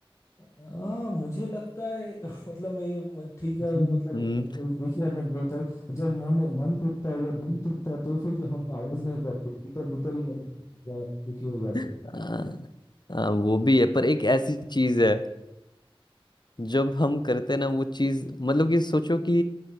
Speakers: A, on the left (about 30°); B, on the left (about 50°).
A: हाँ मुझे लगता है <laughs> मतलब ये मत- ठीक है
B: <laughs>
A: मतलब
B: हम्म
A: देखिए अब मैं बोलता हूँ जब मन मन टूटता है या दिल टूटता है तो फिर हम आवाज नहीं करते भीतर भीतर ही मतलब अ, दुखी हो जाते
B: हाँ,
A: हैं।
B: हाँ, वो भी है पर एक ऐसी चीज है जब हम करते हैं ना वो चीज मतलब कि सोचो कि